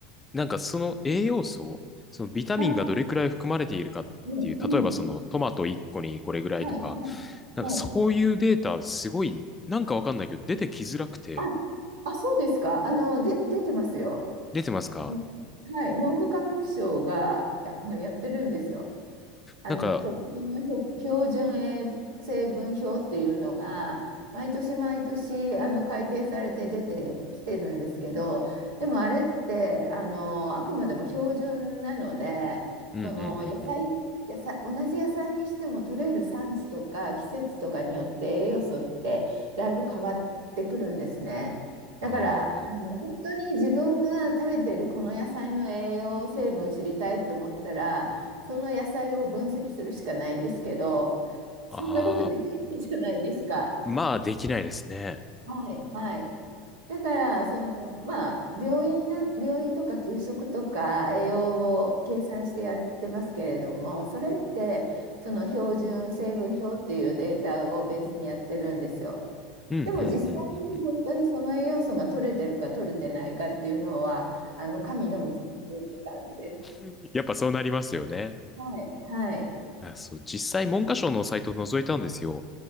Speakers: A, on the left; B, on the right.
A: なんかその栄養素、そのビタミンがどれくらい含まれているかっていう、
B: はい、うん、
A: 例えばそのトマト一個にこれぐらいとか、
B: うん、はい、はい、
A: なんかそういうデータ、
B: はい。
A: すごい、なんかわかんないけど、出てきづらくて、
B: あ、あ、そうですか。あの、で、出てますよ。
A: 出てますか
B: あのはい、文部科学省がや、あのやってるんですよ。あの食品の標標準栄成分表っていうのが毎年毎年あの改定されて出てきてるんですけどでもあれってあのあくまでも標準なのでその野菜、
A: なんか、うん、うん、うん、うん。
B: 野菜同じ野菜にしても取れる産地とか季節とかによって栄養素ってだいぶ変わってくるんですね。だからあの本当に自分が食べてるこの野菜の栄養成分知りたいと思ったらその野菜を分析するしかないんですけど、
A: ああ、
B: そんなことできないじゃないですか。
A: ああ、まあ、できないですね。
B: はい、はい。だから、その、まあ、病院な、病院とか給食とか栄養を計算してやってますけれども、それって、その標準成分表っていうデータをベースにやってるんですよ。
A: うん、うん、
B: でも実際に本当にその栄養素が取れてるか取れてないかっていうのは、
A: うん、うんうん
B: あの、神の水って感じです。
A: <laughs>。やっぱそうなりますよね。
B: はい、はい、
A: あそう、実際文科省のサイトを覗いたんですよ。